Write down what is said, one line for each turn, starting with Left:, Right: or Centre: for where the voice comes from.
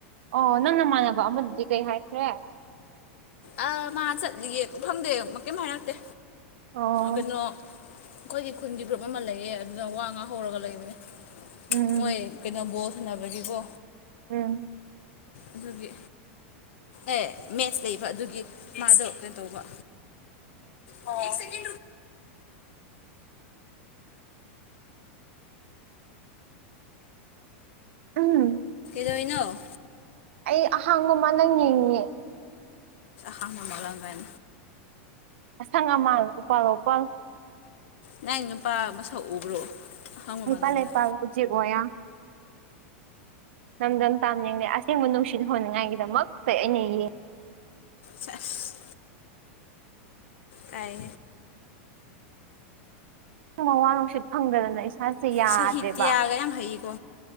Right: ꯑꯣ ꯅꯪ ꯅꯃꯥꯟꯅꯕ ꯑꯃꯗꯨꯗꯤ ꯀꯩ ꯍꯥꯏꯈ꯭ꯔꯦ
Left: ꯑ ꯃꯥ ꯆꯠꯂꯤꯌꯦ ꯀꯐꯝꯗꯦ ꯑꯃ ꯀꯩꯝ ꯍꯥꯏꯔꯛꯇꯦ
Right: ꯑꯣ
Left: ꯀꯩꯅꯣ ꯑꯩꯈꯣꯏꯒꯤ ꯈꯨꯟꯒꯤ ꯒ꯭ꯔꯨꯞ ꯑꯃ ꯂꯩꯌꯦ ꯑꯗꯨꯅ ꯋꯥ ꯉꯥ ꯍꯧꯔꯒ ꯂꯩꯕꯅꯦ
Right: ꯎꯝ
Left: ꯃꯣꯏ ꯀꯩꯅꯣ ꯕꯣ ꯁꯅꯕꯒꯤꯀꯣ
Right: ꯎꯝ
Left: ꯑꯗꯨꯒꯤ ꯑꯦ ꯃꯦꯠꯁ ꯂꯩꯕ ꯑꯗꯨꯒꯤ ꯃꯥꯗꯣ ꯀꯩꯅꯩ ꯇꯧꯕ ꯑꯣ ꯁꯤ ꯀ
Right: ꯎꯝ
Left: ꯗꯣꯏꯩꯅꯣ
Right: ꯑꯩ ꯑꯍꯥꯡꯕꯃ ꯅꯪ ꯌꯦꯡꯉꯉꯦ
Left: ꯁꯥꯃꯥꯂꯕꯟ
Right: ꯑꯁꯪ ꯑꯃꯥꯟ ꯎꯄꯥꯜ ꯎꯄꯥꯜ
Left: ꯅꯪ ꯅꯨꯄꯥ ꯃꯁꯛ ꯎꯕ꯭ꯔꯣ ꯑꯍꯥꯡꯕ
Right: ꯍꯥꯏꯄꯥ
Left: ꯃꯥꯜꯂꯝꯗ
Right: ꯂꯩ ꯄ ꯍꯧ ꯎꯆꯦꯒꯣꯌꯥ ꯂꯝꯗꯝ ꯇꯥꯝꯅꯤꯡꯗꯦ ꯑꯁꯦꯡꯕ ꯅꯨꯡꯁꯤꯠ ꯍꯣꯟꯅꯤꯡꯉꯥꯏꯒꯤꯗꯃꯛꯇ ꯑꯩꯅ ꯌꯦꯡꯉ
Left: ꯆꯁ ꯀꯥꯏ
Right: ꯃꯋꯥ ꯅꯨꯡꯁꯤꯠ ꯐꯪꯗꯗꯅ ꯏꯁꯥꯁꯦ ꯌꯥꯗ꯭ꯔꯦꯕ
Left: ꯁꯍꯤꯇ꯭ꯌꯥꯒ ꯌꯥꯝ ꯍꯩꯌꯦꯀꯣ